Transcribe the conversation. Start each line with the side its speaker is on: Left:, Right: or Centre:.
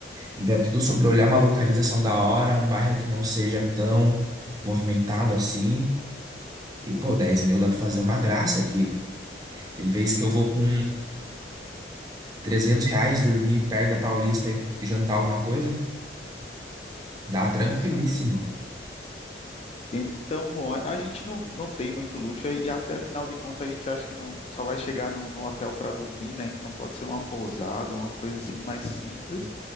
Right: Então é tudo sobre olhar uma localização da hora, um bairro que não seja tão movimentado assim. E, pô, dez mil dá pra fazer uma graça aqui. Tem vezes que eu vou com
Left: Pô,
Right: 300 reais dormir perto da Paulista e jantar alguma coisa, dá
Left: Nossa.
Right: tranquilíssimo.
Left: Então, bom, a a gente não, não tem muito luxo e até afinal de contas a gente acha que não, só vai chegar no, no hotel para dormir, né? Então pode ser uma pousada, uma coisa assim mais simples,